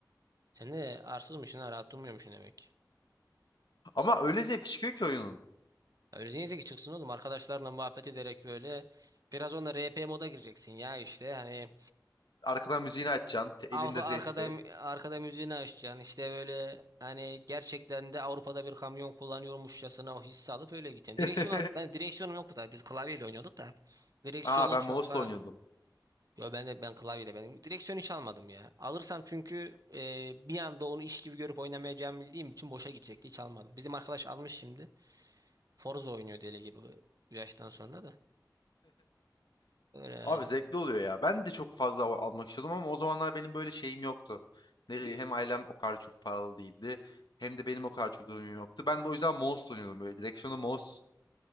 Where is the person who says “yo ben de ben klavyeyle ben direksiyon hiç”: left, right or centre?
Right